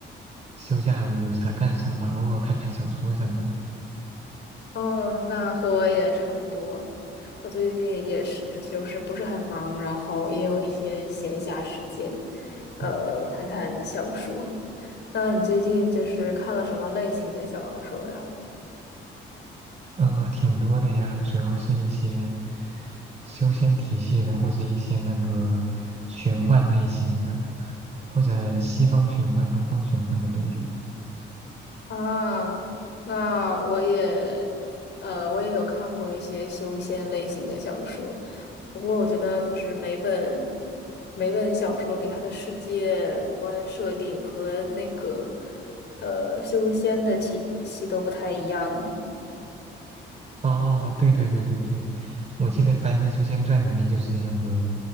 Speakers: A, on the right; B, on the left.
A: 休假了，有啥干啥吧，偶尔看看小说什么的。
B: 哦，那和我也差不多。我最近也是，就是不是很忙，然后也有一些闲暇时间，呃，
A: 嗯，
B: 看看小说。那你最近就是看了什么类型的小说呀？
A: 呃，挺多的呀，主要是一些修仙体系的，或者一些那个玄幻类型的，或者西方玄幻、东方玄幻的都有。
B: 啊，那我也，呃，我也有看过一些修仙类型的小说，不过我觉得就是每本每本小说里它的世界观设定和那个呃修仙的体系都不太一样呢
A: 哦，对对对对对，我记得《凡人修仙传》里面就是那个